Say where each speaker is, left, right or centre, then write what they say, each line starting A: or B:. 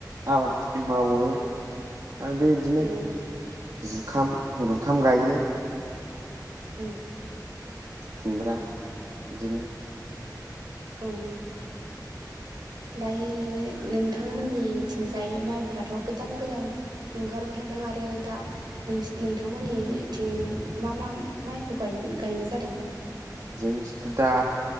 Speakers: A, on the right (about 55°); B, on the right (about 80°).
A: आबाद खि थि मावो। आरो इदिनो
B: औ
A: जुखाम जुखाम गायो
B: उम
A: खुमब्रा इदिनो
B: उम दायो नोंथांमोननिथिंजाय माइफ्राथ' गोदान गोदान ओंखारबाय थादों आरो दा नों नोंथांमोननिथिं मा मा माइखौ गायनाय जादों?
A: जोंथिंथ' दा